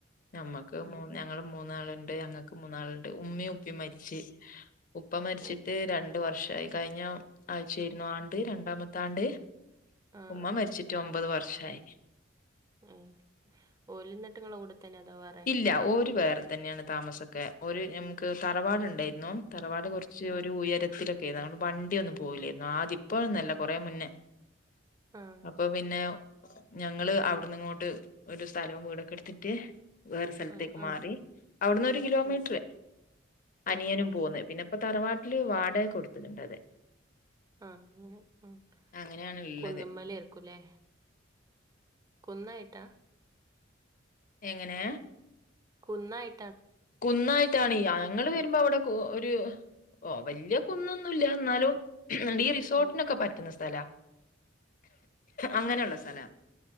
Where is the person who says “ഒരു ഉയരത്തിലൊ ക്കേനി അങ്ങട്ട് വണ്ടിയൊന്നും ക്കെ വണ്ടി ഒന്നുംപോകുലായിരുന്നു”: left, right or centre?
Left